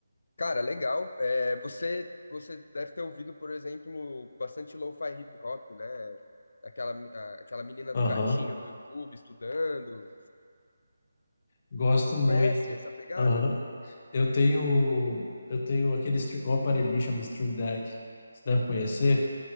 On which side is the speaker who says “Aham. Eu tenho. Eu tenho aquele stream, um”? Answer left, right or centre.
Left